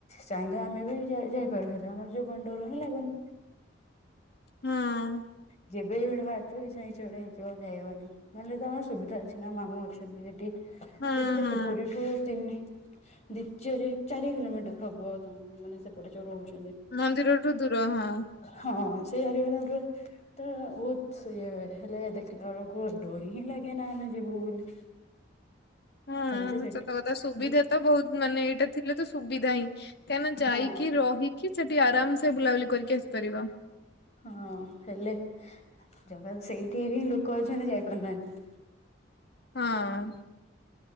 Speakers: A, on the left; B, on the left.
A: ଚାହିଁଲେ ଆମେ ବି ଯାଇପାରୁ ହେଲା ଆମର ଯୋଉ ଗଣ୍ଡରୁ ହିଁ ଲାଗୁନି।
B: ହଁ ଅଁ
A: <unintelligible> ଯାଇହବନି ନହେଲେ ତ ଆମର ସୁବିଧା ଅଛି ନା ମାମୁଁ ଅଛନ୍ତି ସେଠି
B: ହଁ
A: ସେଇଠୁ କେତେ
B: ହଁ
A: ପୁରୀଠୁ ତିନି ଦ୍ୱିତୀୟରେ ଚାରି କିଲୋମିଟର ହବ, ତମ ମାନେ ସେପଟେ ଯୋଉ ରହୁଛ।
B: ମନ୍ଦିରଠୁ ଦୂର ହଁ
A: ହଁ ସେଇ <unintelligible> ତ ବତ ଇଏ ହେଲେ ଦେଖିଲା ବେଳକୁ ଡୋରି ହିଁ ଲାଗେ ନା, ଆମେ ଯିବୁ ବୋଲି <unintelligible>
B: ହୁଁ
A: ହଉଛି ସେଠି
B: ସତ କଥା, ସୁବିଧା
A: ଯେ
B: ତ ବହୁତ ମାନେ ଏଇଟା ଥିଲେ ତ ସୁବିଧା ହିଁ, କାହିଁକିନା ଯାଇକି
A: ହଁ
B: ରହିକି ସେଠି ଆରାମସ ବୁଲାବୁଲି କରିକି ଆସିପାରିବ।
A: ହଁ ହେଲେ ଜଗା କୁ ସେଇଠି ବିଁ ଲୋକ ଅଛନ୍ତି ଯାଇପାରୁନାହାନ୍ତି।
B: ହଁ ଅଁ